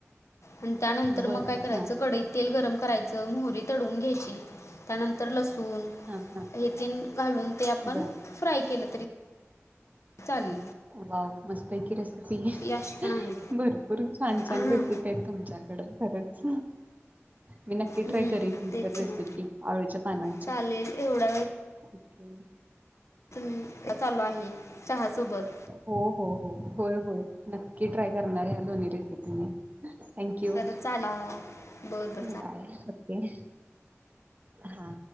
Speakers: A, on the left; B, on the right.
A: आणि त्यानंतर
B: बरं
A: मग काय करायचं
B: हां
A: कडईत तेल गरम करायचं मोहरी तडवून घायच्ची त्यानंतर लसूण
B: हां हां
A: हे त घालून ते आपण
B: बरं
A: फ्राय केलं तरी चालेल
B: वाव मस्त आहे की रेसिपी
A: अशी पण आहे
B: भरपूर छान
A: हां
B: छान रेसिपी आहे तुमच्याकडे खरच मी नक्की
A: हम्म,
B: ट्राय करेन
A: तेच
B: इतर
A: ना
B: रेसिपी अळूच्या पानांची
A: चालेल एवढा वेळ
B: ओके
A: तुम्ही चालो आहे चहा सोबत
B: हो हो हो होय होय नक्की ट्राय करणार या दोन्ही रेसिपीी थँक्यू
A: तर चाला बरं बरं चालेल
B: बाय हा